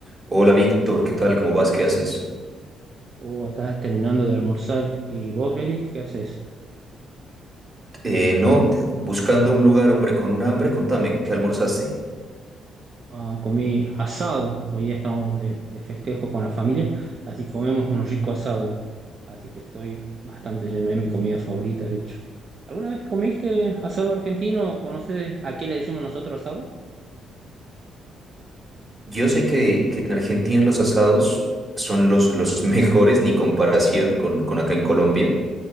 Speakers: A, on the right; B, on the right.
A: Hola Víctor, ¿qué tal? ¿Cómo vas? ¿Qué haces?
B: O acá terminando de almorzar. ¿Y vos, Eric, qué haces?
A: Eh, no, buscando un lugar, hombre, con un hambre, contame, ¿qué almorzaste?
B: Ah, comí asado. Hoy día estábamos de, de festejo con la familia, así comemos un rico asado. Así que estoy bastante lleno, es mi comida favorita, de hecho. ¿Alguna vez comiste asado argentino? ¿Conoces a qué le decimos nosotros asado?
A: Yo sé que, que en Argentina los asados son los, los <laughs> mejores, ni comparación con, con acá en Colombia,